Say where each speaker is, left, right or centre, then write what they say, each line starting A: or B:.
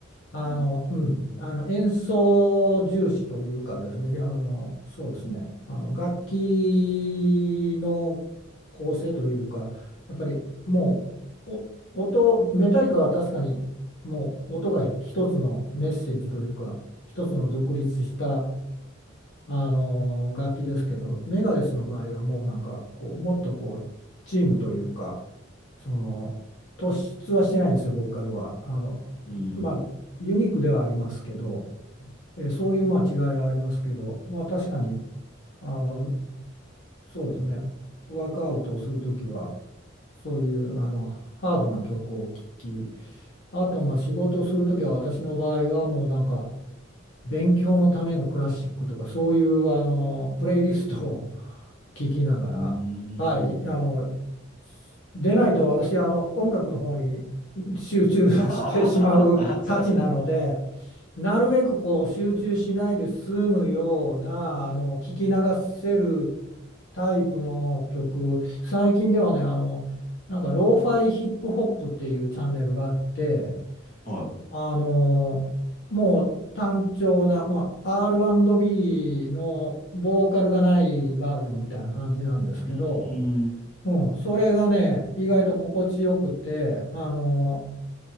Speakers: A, on the left; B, on the left.
A: あの、
B: うん。
A: うん、あの演奏重視というかですね、あの、そうですね、あの楽器の構成というか、やっぱりもうお音、メタリカは確かにもう音が一つのメッセージというか、一つの独立したあの楽器ですけどメガレスの場合はもうなんかこうもっとこうチームというかその突出はしてないんですよボーカルは。あのまあユニークではありますけど、
B: うん。
A: えーそういうまあ違いはありますけど、まあ、確かにあのそうですねワークアウトをする時はそういうあのハードな曲を聴きあとまあ仕事をする時は私の場合はもうなんか勉強のためのクラシックとか、そういうあのプレイリストを聞きながら、
B: うーん。
A: はい、あの、でないと私、あの、音楽の方に集中してしまうたちなので、
B: <laughs> な <laughs>
A: なるべくこう集中しないで済むような、あの、聞き流せるタイプの曲、最近ではね、あの、なんか、ローファイヒップホップっていうチャンネルがあって、
B: は
A: あのもう単調な、まあ、R&B のボーカルがないバージョンみたいな感じなんですけど、
B: い。うーん。
A: うん、それがね意外と心地よくてあの